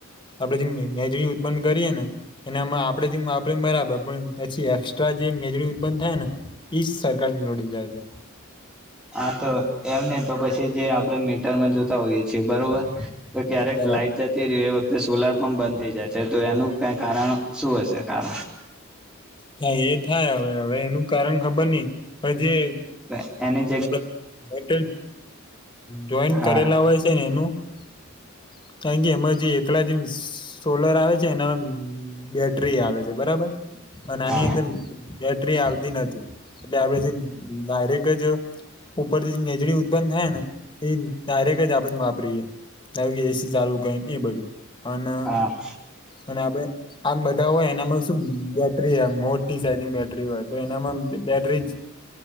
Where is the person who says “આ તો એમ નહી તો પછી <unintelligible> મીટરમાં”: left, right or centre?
Centre